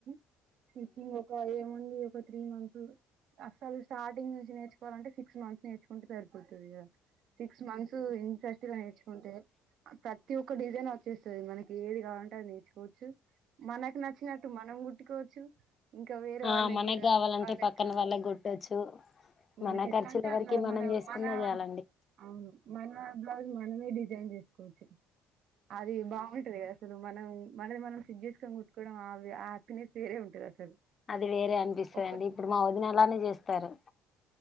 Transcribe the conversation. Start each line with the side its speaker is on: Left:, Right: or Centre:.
Right: <inaudible> స్టిచింగ్ ఒక ఏముంది ఒక త్రీ మంత్స్ అసలు స్టార్టింగ్ నుంచి నేర్చు వాలంటే సిక్స్ మంత్స్ నేర్చుకుంటే సరిపో తదిగా సిక్స్ మంత్స్ ఇంట్రెస్ట్ గా నేర్చుకుంటే ఆ ప్రతి ఒక్క డిజైన్ వస్తు చూపిస్తది మనకి ఏది కావాలంటే అది నేర్చుకోవచ్చు మనకు నచ్చినట్టు మనం గుట్టుకొ చు ఇంకా వేరే
Left: ఆ ఆ
Right: వాళ్ళకి
Left: మనకు
Right: గూడా
Left: కావాలంటే
Right: వాళ్ళకు
Left: పక్కన వాళ్ళకి కొట్టొచ్చు
Right: మనకు
Left: మన
Right: ఎట్లా
Left: ఖర్చుల
Right: అంటే
Left: వరకి
Right: అట్ల
Left: మనం
Right: మన
Left: చేసుకున్నా
Right: మన
Left: చాలండి
Right: అవును మన బ్లౌజ్ మనమే డిజైన్ చే కోచ్చు అది బాగుంటదిగా అసలు మనం మనది మనం స్టిచ్ చేసుకొని కుట్టుకోవడం అద్ ఆ అతని పేరే ఉంటది అసలు
Left: అది వేరే అనిపిస్తదండి
Right: ఒకటి
Left: ఇప్పుడు మా వదిన అలానే చేస్తారు